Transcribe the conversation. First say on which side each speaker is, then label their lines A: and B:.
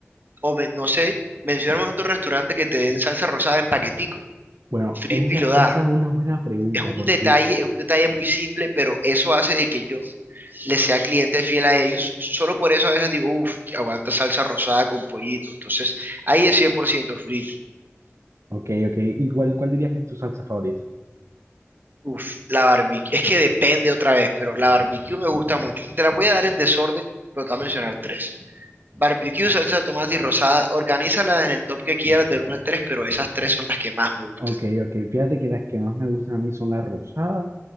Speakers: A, on the right (about 45°); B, on the right (about 75°).
A: O me- no sé, mencióname otro restaurante que te den salsa rosada en paquetico.
B: Bueno,
A: Frisby
B: esa,
A: lo da.
B: esa es una buena pregunta
A: Es un
B: porque,
A: detalle, es un detalle muy simple, pero eso hace de que yo le sea cliente fiel a ellos. Solo por eso a veces digo, uff, aguanta salsa rosada con pollito. Entonces, ahí es 100% Frisby.
B: ok, ok, ¿y cuál, cuál dirías que es tu salsa favorita?
A: Uf, la barbecue. Es que depende otra vez, pero la barbecue me gusta mucho. Te la voy a dar en desorden, pero te voy a mencionar tres. Barbecue, salsa de tomate y rosada. Organízala en el top que quieras del uno al tres pero esas tres son las que más me gustan.
B: Ok, ok. Fíjate que las que más me gustan a mí son la rosada